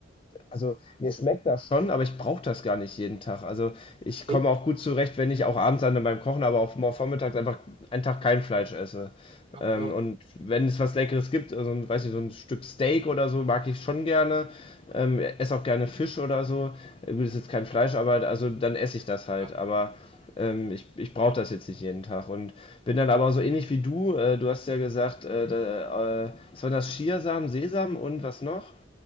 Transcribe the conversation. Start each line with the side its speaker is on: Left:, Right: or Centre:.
Left: also mir schmeckt das schon, aber ich brauche das gar nicht jeden Tag. Also ich komme
Right: Du-
Left: auch gut zurecht, wenn ich auch abends dann beim Kochen, aber auch mal vormittags einfach einen Tag kein Fleisch esse.
Right: Ja,
Left: Ähm,
Right: ja.
Left: und wenn es was Leckeres gibt, also, ein- weiß ich, so ein Stück Steak oder so, mag ich schon gerne. Ähm, esse auch gerne Fisch oder so. Äh, Gut, ist jetzt kein Fleisch, aber also dann esse ich das halt.
Right: ja.
Left: Aber ähm, ich, ich brauche das jetzt nicht jeden Tag. Und bin dann aber so ähnlich wie du. Äh, du hast ja gesagt, äh, da, äh, was waren das? Chiasamen, Sesam und was noch?